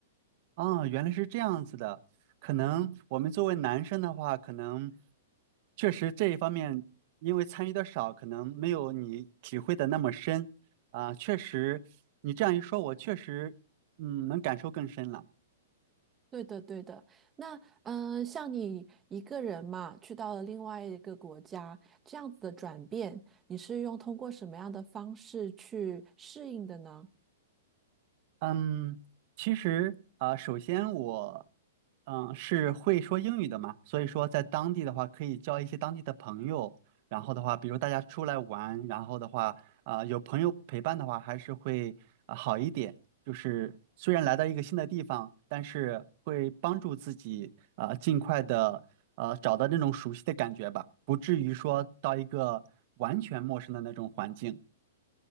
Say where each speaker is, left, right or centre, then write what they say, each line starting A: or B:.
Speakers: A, on the right; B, on the right.
A: 啊，原来是这样子的。可能我们作为男生的话，可能确实这一方面，因为参与的少，可能没有你体会的那么深。啊，确实，你这样一说，我确实，嗯，能感受更深了。
B: 对的，对的。那嗯、呃像你一个人嘛，去到了另外一个国家，这样子的转变，你是用通过什么样的方式去适应的呢？
A: 嗯，其实啊、呃首先我嗯、是会说英语的嘛，所以说在当地的话可以交一些当地的朋友，然后的话，比如大家出来玩，然后的话啊、有朋友陪伴的话，还是会啊、好一点。就是虽然来到一个新的地方，但是会帮助自己啊、尽快的呃找到那种熟悉的感觉吧，不至于说到一个完全陌生的那种环境。